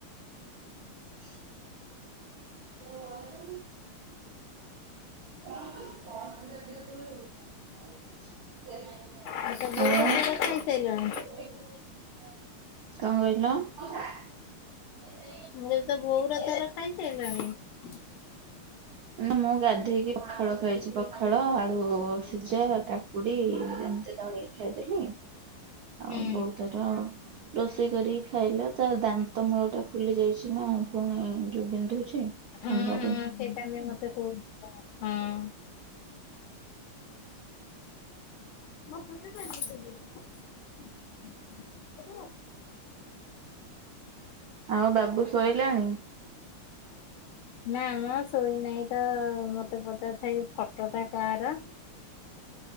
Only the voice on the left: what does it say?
ଆଉ ତୋ ବୋଉର
ତୋର ଖାଇସାଇଲଣି?
ମୁଁ କିହିଲି ତୋ ବୋଉ ର ତୋର ଖାଇସାଇଲଣି? <unintelligible>
ହୁଁ
ହୁଁ
ହୁଁ ସେଇଟା ବି ମତେ କହୁଥିଲ ହୁଁ। <inaudible>
ନା ମ ଶୋଇନାହିଁ ତ ମତେ ପଚାରୁଥାଏ, ଏଇ ଫଟୋ ଟା କାହାର?